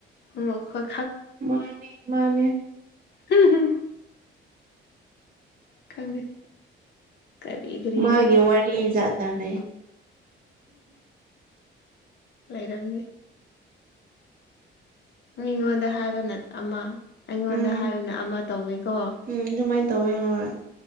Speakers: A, on the left; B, on the right.
A: ꯎꯝ ꯑꯈꯣꯏ
B: ꯃꯥꯅꯦ ꯃꯥꯅꯦ
A: <unintelligible> ꯈꯪꯗꯦ ꯀꯔꯤ ꯀꯔꯤꯅ
B: ꯃꯥꯒꯤ ꯋꯥꯔꯤ ꯖꯥꯖꯥꯠ ꯂꯩꯌꯦ꯫
A: ꯂꯩꯔꯝꯅꯤ꯫ ꯃꯤꯉꯣꯟꯗ ꯍꯥꯏꯕꯅ ꯑꯃꯥ ꯑꯩꯉꯣꯟꯗ
B: ꯎꯝ
A: ꯍꯥꯏꯕꯅ ꯑꯃꯥ ꯇꯧꯋꯤꯀꯣ꯫
B: ꯎꯝ ꯑꯗꯨꯃꯥꯏꯟ ꯇꯧꯋꯦ ꯍꯣꯏ꯫